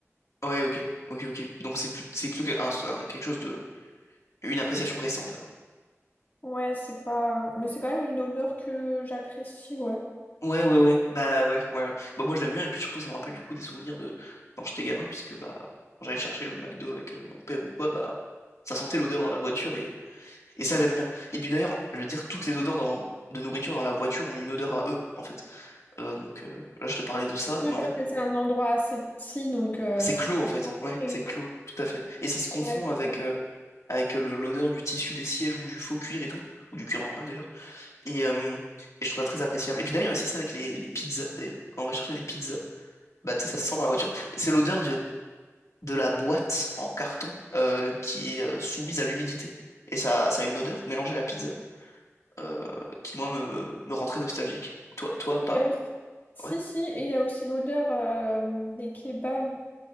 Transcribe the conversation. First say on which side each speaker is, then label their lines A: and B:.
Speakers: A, on the left; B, on the left.
A: Ouais, ok, ok, ok. Donc c'est plus, c'est plutôt que- un- un- quelque chose de... Une appréciation récente, alors.
B: Ouais, c'est pas... Mais c'est quand même une odeur que j'apprécie, ouais.
A: Ouais, ouais, ouais. Bah ouais, ouais. ouais. Bah moi je l'aime bien et puis surtout ça me rappelle du coup des souvenirs de quand j'étais gamin puisque bah quand j'allais chercher le McDo avec euh, mon père ou quoi, bah ça sentait l'odeur dans la voiture et, et ça j'aime bien. Et puis d'ailleurs, je veux dire, toutes les odeurs dans... de nourriture dans la voiture ont une odeur à eux en fait. Euh, donc euh, là je te parlais de ça,
B: Ouais,
A: mais en
B: parce
A: fait
B: que c'est un endroit assez petit, donc euh,
A: c'est
B: c'est
A: clos
B: concentré.
A: en fait. Ouais, c'est clos, tout à fait. Et ça se confond
B: Ouais, c'est
A: avec,
B: ça.
A: euh, avec le- l'odeur du tissu des sièges ou du faux cuir et tout, ou du cuir normal d'ailleurs. Et, euh, et je trouve ça très appréciable. Et puis d'ailleurs, c'est ça avec les, les pizzas d'ailleurs. Quand on va chercher des pizzas. bah, tu sais, ça se sent dans la voiture. C'est l'odeur de, de la boîte en carton euh, qui est euh, soumise à l'humidité. Et ça, ça a une odeur mélangée à la pizza euh, qui, moi, me, me rend très nostalgique. Toi, toi,
B: Il
A: pas?
B: y a aussi... Si,
A: Ouais.
B: si, et il y a aussi l'odeur euh, des kebabs.